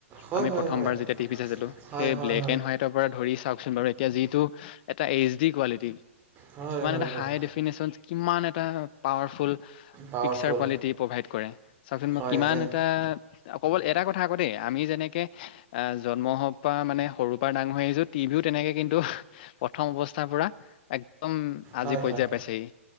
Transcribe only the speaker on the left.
আমি
প্ৰথমবাৰ
যেতিয়া টিভি চাইছিলোঁ,
সেই
ব্লেক এণ্ড হোৱাইট তৰ পৰা ধৰি চাওঁকচোন বাৰু এতিয়া যিটো এটা এইচ ডি কোৱালিটি।
কিমান
এটা
হাই ডেফিনেশ্যনচ, কিমান এটা powerful
pixel pixel quality provide কৰে। চাওঁকচোন বাৰু
কিমান
এটা কবল এটা কথা আকৌ দেই, আমি যেনেকে আহ জন্ম হ'ব পৰা মানে সৰুৰ পৰা ডাঙৰ হৈ আহিছোঁ টিভিও তেনেকে কিন্তু প্ৰথম অৱস্থাৰ পৰা একদম
আজি পৰ্য্যায়
পাইছেহি।